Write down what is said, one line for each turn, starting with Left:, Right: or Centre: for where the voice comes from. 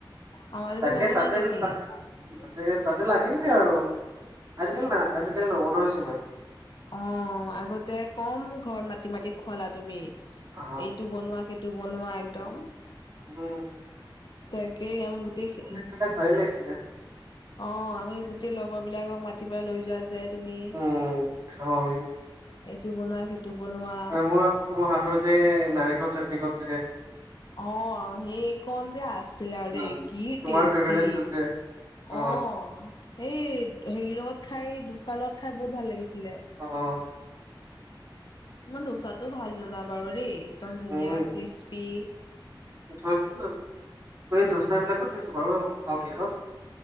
Left: অঁ, আজি
Right: তাকে
Left: কালি নবনোৱা
Right: তাতে
Left: নেকি?
Right: তাতে
Left: অ। <unintelligible>
Right: তাতে তাতে লাগিমগে আৰু, আজিকালি না, আজিকালি নবনোৱা হৈছোঁ ইমান।
Left: অঁ। আগতে কম ঘৰত মাটি মাটি খুৱালা তুমি।
Right: অ
Left: এইটো বনোৱা সেই - টো বনোৱা একদম,
Right: উম
Left: তাকেই আমি গোটেই-
Right: এইবিলাক ভালে লাগছিলে।
Left: অঁ আমি গোটেই লগৰ বিলাকক মাতি পাই লৈ যোৱা যে তুমি।
Right: উম খাওঁ আমি
Left: এইটো বনোৱা, সেইটো বনোৱা।
Right: এ মোৰ মোৰ হাতৰ যে নাৰিকল চাটনি কণ যে
Left: অঁ, সেই কন যে আছিলে আৰু
Right: উম
Left: ৰে, কি
Right: তোমাৰ
Left: টেষ্টি।
Right: ফেভৰেট আছিল যে অ
Left: অঁ, সেই হেৰি লগত খাই, দুচাৰ লগত খাই বহুত ভাল লাগিছিলে।
Right: অঁ
Left: মই দোচাটো ভাল বনাও বাৰু দেই একদম ধুনীয়া,
Right: উম
Left: টেষ্টি -
Right: থৈ থৈ এই দচা বিলাকো থৈছো বাৰু আউটলেটত।